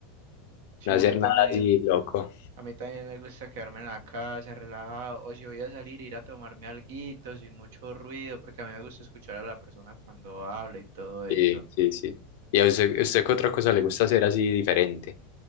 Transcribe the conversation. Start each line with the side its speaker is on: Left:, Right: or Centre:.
Right: Sí,
Left: no
Right: a
Left: hacer
Right: mí también.
Left: nada así loco.
Right: A mí también me gusta quedarme en la casa, relajado, o si voy a salir, ir a tomarme alguito sin mucho ruido, porque a mí me gusta escuchar a la persona cuando habla y todo eso.
Left: Sí, sí, sí. ¿Y a usted, usted qué otra cosa le gusta hacer así diferente?